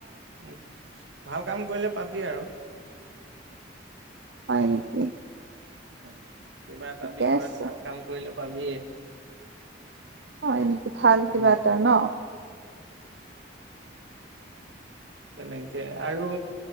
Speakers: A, on the right; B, on the right.
A: হয়। ভাল কাম কৰিলে পাবি আৰু
B: হয়
A: কিনো
B: নেকি।
A: <inaudible> কিবা এটা
B: ঠিকে
A: বিষয়ত
B: আছে
A: ভাল কাম কৰিলে পাবিয়ে
B: অ', এনেকে ভাল
A: উম
B: কিবা
A: উম
B: এটা ন?
A: তেনেকে আৰু